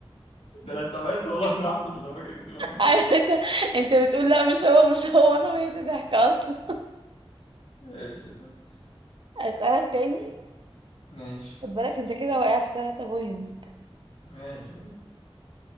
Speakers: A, on the left; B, on the right.
A: ده انا استبعدت والله لوحدي مش أنا فاكرك بتقول عين وش
B: عارف انت انت بتقول لا مش هو مش هو انا بقيت ضحك اصلا
A: ماشي طب.
B: اسالك تاني
A: ماشي
B: خد بالك انت كده واقع في ثلاثة بوينت
A: ماشي